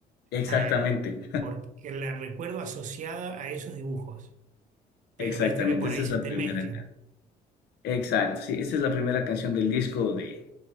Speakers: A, on the left; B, on the right.
A: Exactamente.
B: Ah, porque la recuerdo asociada a esos dibujos,
A: <laughs>
B: pero
A: Exactamente,
B: viste que por
A: esa
B: ahí
A: es
B: se
A: la
B: te
A: primera
B: mezcla.
A: canción. Exacto, sí, esa es la primera canción del disco de,